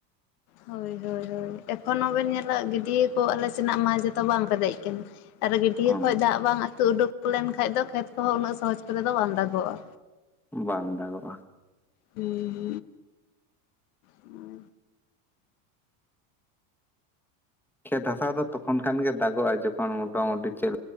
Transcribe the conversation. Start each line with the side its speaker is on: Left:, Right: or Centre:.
Left: ᱦᱳᱭ ᱦᱳᱭ ᱮᱠᱷᱚᱱ ᱦᱚᱸᱵᱮᱱ ᱧᱮᱞᱟ ᱜᱤᱫ ᱜᱟᱹᱴᱭᱟᱹ ᱠᱚ ᱟᱞᱮ ᱥᱮᱱᱟᱜ ᱢᱟ ᱡᱚᱛᱚ ᱵᱟᱝ ᱯᱮᱛᱮᱦ ᱟᱠᱟᱱᱟ ᱟᱨ ᱜᱟᱹᱰᱭᱟᱹ
Centre: ᱚ
Left: ᱠᱷᱚᱡ ᱫᱟᱜ ᱵᱟᱝ ᱟᱹᱛᱩ ᱩᱰᱩᱠ ᱞᱮᱱᱠᱷᱟᱱᱡ ᱫᱚ ᱠᱷᱮᱛ ᱠᱚᱦᱚᱸ ᱩᱱᱟᱹᱜ ᱥᱚᱦᱚᱡᱽ ᱠᱚᱨᱮ ᱫᱚ ᱵᱟᱝ ᱫᱟᱜᱚᱜ-ᱟ᱾
Centre: ᱵᱟᱝ ᱫᱟᱜᱚᱜ-ᱟ᱾
Left: ᱦᱩᱸ ᱦᱩᱸ
Centre: ᱠᱷᱮᱛ ᱦᱟᱥᱟ ᱫᱚ ᱛᱚᱠᱷᱚᱱ ᱠᱷᱟᱱ ᱜᱮ ᱫᱟᱜᱚᱜ-ᱟ ᱡᱚᱠᱷᱚᱱ ᱢᱚᱴᱟᱢᱩᱴᱤ ᱪᱮᱞ